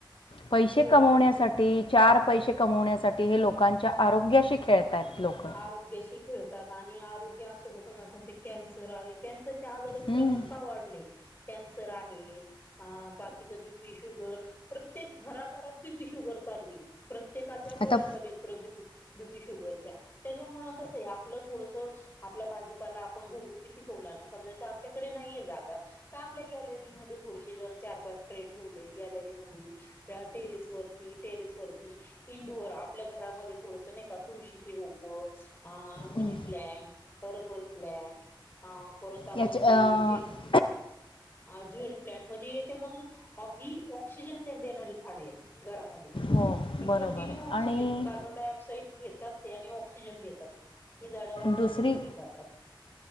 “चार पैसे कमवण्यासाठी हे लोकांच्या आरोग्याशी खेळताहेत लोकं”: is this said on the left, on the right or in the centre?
Left